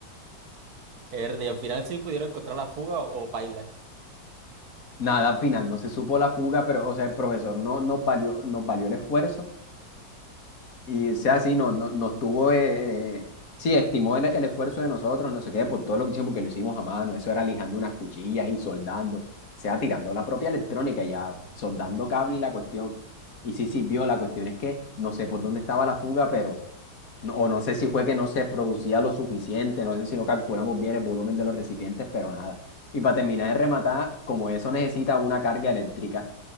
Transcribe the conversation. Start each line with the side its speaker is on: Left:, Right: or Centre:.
Right: Ernie, al final sí pudieron encontrar la fuga o, o paila.
Left: Nada, al final no se supo la fuga, pero o sea, el profesor no nos valió, nos valió el esfuerzo Y sea así, no, no, nos tuvo, eh, eh, sí, estimó el, el esfuerzo de nosotros, no sé qué, por todo lo que hicimos, porque lo hicimos a mano, eso era lijando unas cuchillas y soldando, o sea, tirando la propia electrónica, ya soldando cable y la cuestión. Y sí sirvió, la cuestión es que no sé por dónde estaba la fuga, pero, no- o no sé si fue que no se producía lo suficiente, no sé si no calculamos bien el volumen de los recipientes, pero nada. Y para terminar de rematar, como eso necesita una carga eléctrica